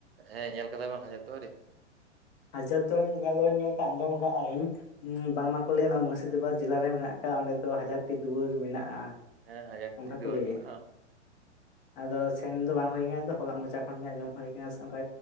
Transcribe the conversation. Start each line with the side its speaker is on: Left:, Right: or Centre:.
Right: ᱦᱮᱸ ᱧᱮᱞ ᱠᱟᱫᱟ ᱵᱟᱝ ᱦᱟᱡᱟᱨ ᱫᱩᱣᱟᱨᱤ?
Left: ᱦᱟᱡᱟᱫ ᱫᱚ ᱞᱤᱧ ᱧᱮᱞ ᱫᱚ ᱧᱮᱞ ᱠᱟᱜ ᱟᱸᱡᱚᱢ ᱟᱠᱟᱫᱼᱟ ᱞᱤᱧ᱾ ᱵᱟᱝᱢᱟ ᱠᱚ ᱞᱟᱹᱭᱟ ᱱᱚᱣᱟ ᱢᱩᱨᱥᱤᱫᱟᱵᱟᱫ ᱡᱮᱞᱟ ᱨᱮ ᱢᱮᱱᱟᱜ ᱟᱠᱟᱫ ᱚᱸᱰᱮ ᱫᱚ ᱦᱟᱡᱟᱨᱴᱤ ᱫᱩᱣᱟᱹᱨ ᱢᱮᱱᱟᱜᱼᱟ᱾
Right: ᱦᱮᱸ ᱦᱟᱡᱟᱨ
Left: ᱚᱱᱠᱟ
Right: ᱴᱤ ᱫᱩᱣᱟᱹᱨ
Left: ᱠᱚ ᱞᱟᱹᱭᱟ
Right: ᱢᱮᱱᱟᱜᱼᱟ᱾
Left: ᱟᱫᱚ ᱥᱮᱱ ᱫᱚ ᱵᱟᱝ ᱦᱩᱭ ᱟᱠᱟᱱᱟ ᱦᱚᱲᱟᱜ ᱢᱚᱪᱟ ᱠᱷᱚᱱ ᱜᱮ ᱟᱸᱡᱚᱢ ᱦᱩᱭ ᱟᱠᱟᱱᱟ ᱥᱮ ᱚᱱᱠᱟ